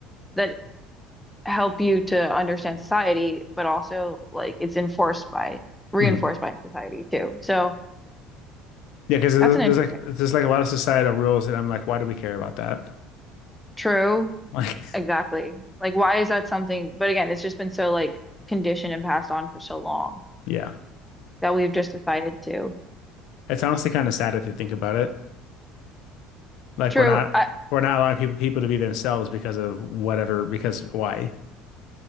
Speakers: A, in the centre; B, on the left.
A: that help you to understand society, but also like it's enforced by reinforced
B: hmm
A: by society too. So
B: Yeah, because there's,
A: that's an
B: there's
A: interesting.
B: like there's like a lot of societal rules that I'm like, why do we care about that?
A: True.
B: Like,
A: Exactly. Like, why is that something? But again, it's just been so like conditioned and passed on for so long
B: <laughs> yeah,
A: that we've just decided to.
B: it's honestly kind of sad if you think about it. Like,
A: True.
B: we're not
A: I
B: we're not allowing people people to be themselves because of whatever. Because why?